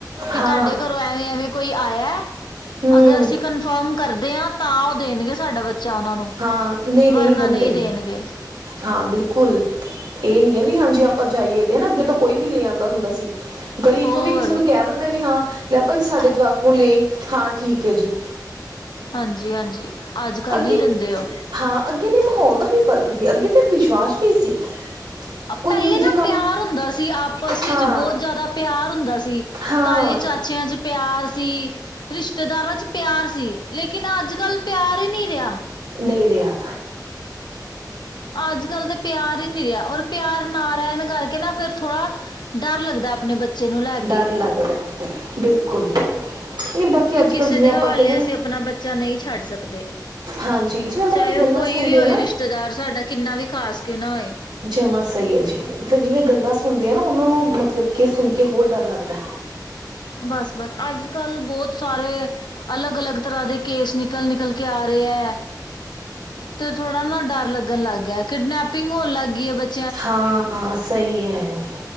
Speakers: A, on the left (about 85°); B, on the right (about 85°).
A: ਕਿ
B: ਹਾਂ
A: ਤਾਡੇ ਘਰੋਂ ਐਵੇਂ-ਐਵੇਂ ਕੋਈ ਆਯੈ।
B: ਹਮ
A: ਅਗਰ ਅਸੀ ਕਨਫਰਮ ਕਰਦੇ ਆਂ, ਤਾਂ ਓ ਦੇਨਗੇ ਸਾਡਾ ਬੱਚਾ ਓਨਾਂ ਨੂੰ
B: ਹਾਂ, ਨਈ-ਨਈ
A: ਵਰਨਾ
B: ਦਿੰਦੇ।
A: ਨਹੀਂ ਦੇਣਗੇ
B: ਹਾਂ ਬਿਲਕੁਲ, ਏ ਨੀ ਐ ਵੀ ਹਾਂਜੀ ਆਪਾਂ ਜਾਈਏ ਤੇ ਹਨਾ ਅੱਗੇ ਤੋਂ ਕੋਈ ਵੀ ਲੈ ਆਂਦਾ ਹੁੰਦਾ ਸੀ। ਗਲੀ
A: ਹੋਰ
B: ਚੋਂ ਵੀ ਕਿਸੇ ਨੂੰ ਕੈ ਦਿੰਦੇ ਵੀ ਹਾਂ ਲੈ ਪਈ ਸਾਡੇ ਜਵਾਕ ਨੂੰ ਲੇਆਈਂ ਹਾਂ, ਠੀਕ ਹੈ ਜੀ।
A: ਹਾਂਜੀ-ਹਾਂਜੀ, ਅੱਜ-ਕੱਲ
B: ਅੱਗੇ
A: ਨੀ ਦਿੰਦੇ ਓ।
B: ਹਾਂ, ਅੱਗੇ ਨਈ ਮਾਹੌਲ ਦਾ ਵੀ ਫ਼ਰਕ ਸੀ, ਅੱਗੇ ਫੇਰ ਵਿਸ਼ਵਾਸ ਵੀ ਸੀ। ਕੋਈ
A: ਪੈਲੇ
B: ਇਹੋ ਜਿਹੇ
A: ਨਾ
B: ਕੰਮ
A: ਪੇਆਰ ਹੁੰਦਾ ਸੀ ਆਪਸ ਵਿੱਚ
B: ਹਾਂ
A: ਬੋਤ ਜਾਦਾ ਪੇਆਰ ਹੁੰਦਾ ਸੀ।
B: ਹਾਂ
A: ਤਾਏ, ਚਾਚੇਆਂ ਚ ਪੇਆਰ ਸੀ ਰਿਸ਼ਤੇਦਾਰਾਂ ਚ ਪੇਆਰ ਸੀ ਲੇਕਿਨ ਅੱਜ-ਕੱਲ ਪੇਆਰ ਈ ਨੀ ਰੇਆ।
B: ਨਈ ਰੇਆ।
A: ਅੱਜ-ਕੱਲ ਤੇ ਪਿਆਰ ਈ ਨੀਂ ਰਿਆ, ਔਰ ਪਿਆਰ ਨਾ ਰੈਣ ਕਰਕੇ ਨਾਂ ਫਿਰ ਥੋੜਾ, ਡਰ ਲੱਗਦਾ ਆਪਣੇ ਬੱਚੇ ਨੂੰ ਲੈ ਕੇ
B: ਡਰ ਲੱਗਦਾ ਬਿਲਕੁਲ। ਬਾਕੀ
A: ਕਿ
B: ਅੱਜ
A: ਕਿਸੇ
B: ਕੱਲ੍ਹ ਜਿਵੇਂ
A: ਦੇ
B: ਆਪਾਂ
A: ਹਵਾਲੇ
B: ਕਹਿੰਦੇ
A: ਅਸੀਂ ਆਪਣਾ ਬੱਚਾ ਨਈਂ ਛੱਡ ਸਕਦੇ।
B: ਹਾਂਜੀ, ਜਿਵੇਂ ਬਾਕੀ
A: ਚਾਹੇ
B: ਗੱਲਾਂ
A: ਉਹ ਕੋਈ
B: ਸੁਣਦੇ
A: ਵੀ ਹੋਏ
B: ਏ ਨਾਂ
A: ਰਿਸ਼ਤੇਦਾਰ ਸਾਡਾ ਕਿੰਨਾ ਵੀ ਖਾਸ ਕਿਉਂ ਨਾਂ ਹੋਏ।
B: ਜਮਾਂ ਸਈ ਐ ਜੀ। ਫੇਰ ਜਿਵੇਂ ਗੱਲਾਂ ਸੁਣਦੇ ਆਂ ਨਾ, ਓਨਾਂ ਨੂੰ ਮਤਲਬ ਕੇ ਸੁਣ ਕੇ ਹੋਰ ਡਰ ਲੱਗਦਾ।
A: ਬਸ-ਬਸ ਅੱਜ-ਕਲ ਬੋਤ ਸਾਰੇ ਅਲੱਗ-ਅਲੱਗ ਤਰ੍ਹਾਂ ਦੇ ਕੇਸ ਨਿਕਲ-ਨਿਕਲ ਕੇ ਆ ਰੇ ਐ। ਤੇ ਥੋੜਾ ਨਾਂ ਡਰ ਲੱਗਣ ਲੱਗ ਗਿਆ। ਕਿਡਨੈਪਿੰਗ ਹੋਣ ਲੱਗ ਗਈਏ ਬਚ
B: ਹਾਂ, ਸਈ ਐ।